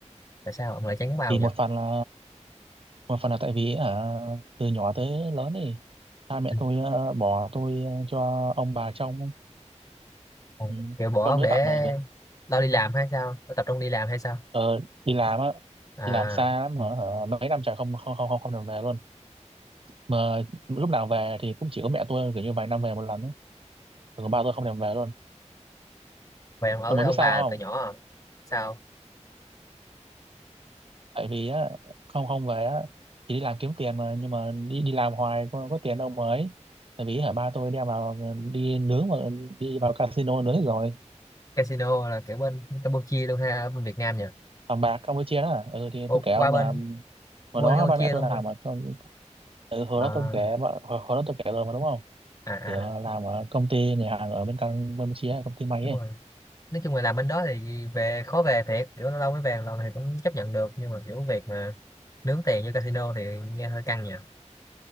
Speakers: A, on the left; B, on the right.
A: tại sao ông lại chán bao
B: thì
A: nhỉ
B: một phần là một phần là tại vì à, từ nhỏ tới lớn thì ba mẹ
A: Ừ.
B: tôi ờ, bỏ tôi ờ, cho ông bà trông
A: Ờ,
B: ừ.
A: kiểu bỏ
B: trông
A: ông
B: tới
A: để
B: tận là
A: lo đi làm hay sao Lo tập trung đi làm hay sao
B: Ờ, đi làm á
A: à
B: đi làm xa lắm mà hả, mấy năm trời không không không không không được về luôn mà lúc nào về thì cũng chỉ có mẹ tôi kiểu như vài năm về một lần ấy còn ba tôi không thèm về luôn
A: vậy ông ở
B: tôi
A: với
B: mới
A: ông
B: biết sao
A: bà
B: không
A: từ nhỏ à? sao
B: tại vì á không không về á thì đi làm kiếm tiền mà nhưng mà đi đi làm hoài có, có tiền đâu mà ấy tại vì hả ba tôi đem vào ờ, đi nướng mà đi vào casino nướng hết rồi
A: casino là kiểu bên Campuchia luôn ha ở bên Việt Nam nhỉ
B: bằng bạc Campuchia đó ừ thì
A: Ồ,
B: tôi kể ông
A: qua bên
B: là hồi
A: qua
B: đó
A: bên Campuchia
B: ba mẹ tôi
A: luôn
B: làm
A: hả
B: mà Còn- ừ, hồi
A: à,
B: đó tôi kể hồi, hồi đó tôi kể rồi mà đúng không
A: à à
B: thì ờ, làm ở công ty người Hàn ở bên Campuchia công ty may
A: đúng
B: ấy
A: rồi nói chung là làm bên đó thì về khó về thiệt kiểu lâu lâu mới về một lần thì cũng chấp nhận được nhưng mà kiểu việc mà nướng tiền như casino thì nghe hơi căng nhỉ